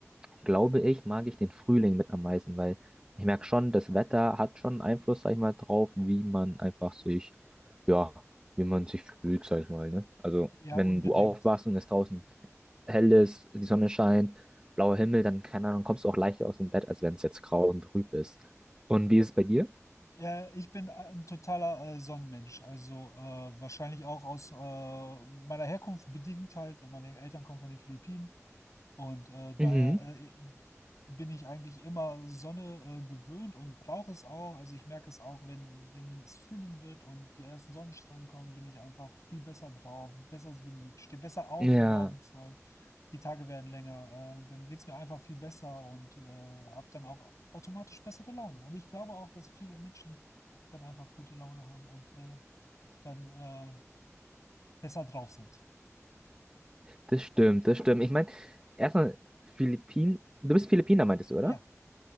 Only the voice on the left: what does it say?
Ja,
unbedingt.
Ja, ich bin ein totaler äh, Sonnenmensch. Also äh, wahrscheinlich auch aus äh, meiner Herkunft bedingt halt. Meine Eltern kommen von den Philippinen und äh, daher
äh, bin ich eigentlich immer Sonne äh, gewöhnt und brauche es auch. Also ich merke es auch, wenn, wenn es Frühling wird und die ersten Sonnenstrahlen kommen, bin ich einfach viel besser drauf, besser gemütlich, stehe besser auf
morgens halt. Die Tage werden länger, äh, dann geht es mir einfach viel besser und äh, habe dann auch automatisch bessere Laune. Und ich glaube auch, dass viele Menschen dann einfach gute Laune haben und äh, dann äh, besser drauf sind.
Ja.